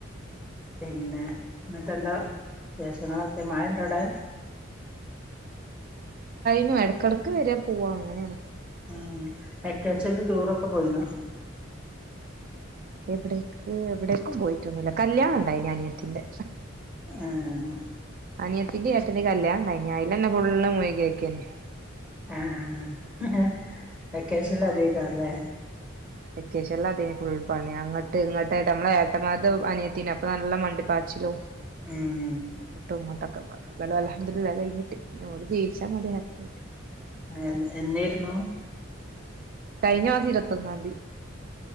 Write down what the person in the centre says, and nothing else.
പിന്നേ നിർ തെന്തോ വേഷങ്ങളവസ്ഥെ മഴണ്ടൊവ്ടേ
ഉം വെക്കേഷൻല് ടൂറൊക്കെ പോയീന്നോ
ആഹ്
ആഹ് വേക്കഷന്ല് അതേക്കാരംലെ
ഉം
എന്ന് എന്നായിരുന്നു